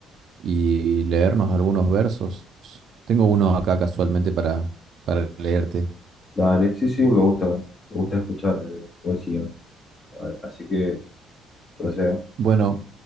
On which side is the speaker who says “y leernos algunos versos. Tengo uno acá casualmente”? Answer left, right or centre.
Right